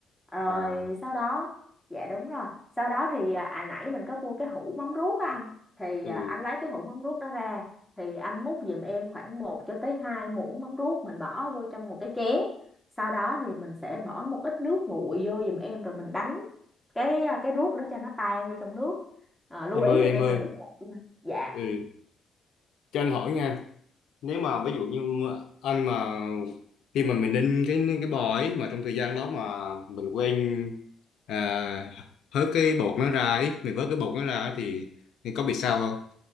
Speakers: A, in the centre; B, on the left.
A: rồi
B: à
A: sau đó dạ đúng rồi sau đó thì à à, nãy mình có mua cái hũ mắm ruốc á anh thì
B: ừ.
A: à, anh lấy cái hũ mắm ruốc đó ra thì anh múc giùm em khoảng một cho tới 2 muỗng mắm ruốc mình bỏ vô trong một cái chén sau đó thì mình sẽ bỏ một ít nước nguội vô giùm em rồi mình đánh cái à, cái ruốc để cho nó tan vô trong nước à, lưu
B: em
A: ý
B: ơi em
A: giùm em
B: ơi
A: là nước nguội nha. dạ
B: ừ. cho anh hỏi nha nếu mà ví dụ như anh mà khi mà mình ninh cái cái bò ấy mà trong thời gian đó mà mình quên à, hớt cái bột nó ra ấy mình vớt cái bột nó ra ấy, thì, thì có bị sao không